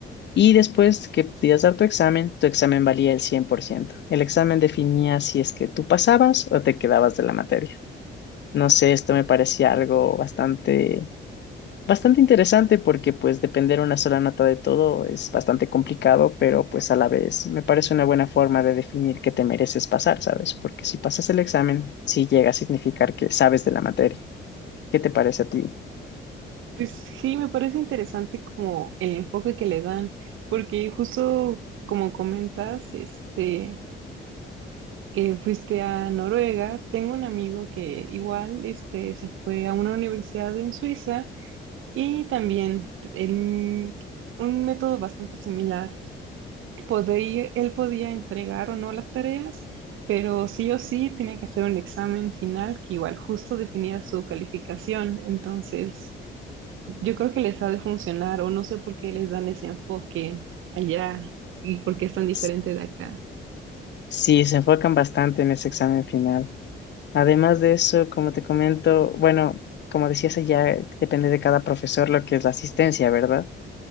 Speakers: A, on the left; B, on the right.
A: Y después que podías dar tu examen, tu examen valía el 100%. El examen definía si es que tú pasabas o te quedabas de la materia. No sé, esto me parecía algo bastante Bastante interesante porque pues depender una sola nota de todo es bastante complicado, pero pues a la vez me parece una buena forma de definir que te mereces pasar, ¿sabes? Porque si pasas el examen, sí llega a significar que sabes de la materia. ¿Qué te parece a ti?
B: pues sí, me parece interesante como el enfoque que le dan, porque justo como comentas, este, que fuiste a Noruega, tengo un amigo que igual, este, se fue a una universidad en Suiza y también en un método bastante similar. Podía, él podía entregar o no las tareas, pero sí o sí tenía que hacer un examen final que igual justo definía su calificación, entonces Yo creo que les ha de funcionar, o no sé por qué les dan ese enfoque allá y por qué es tan diferente
A: S-
B: de acá.
A: Sí, se enfocan bastante en ese examen final. Además de eso, como te comento, bueno, como decías ya depende de cada profesor lo que es la asistencia, ¿verdad?